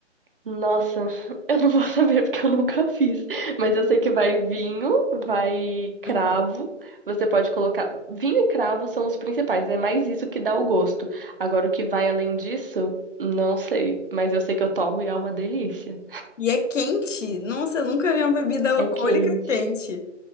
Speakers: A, on the right; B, on the left.
A: Nossa, <laughs> eu não vou saber porque eu nunca fiz. Mas eu sei que vai vinho, vai cravo.
B: Aham.
A: Você pode colocar. Vinho e cravo são os principais. É mais isso que dá o gosto. Agora, o que vai além disso, não sei. Mas eu sei que eu tomo e é uma delícia.
B: E é quente? Nossa, eu nunca vi uma bebida alcoólica
A: É quente.
B: quente.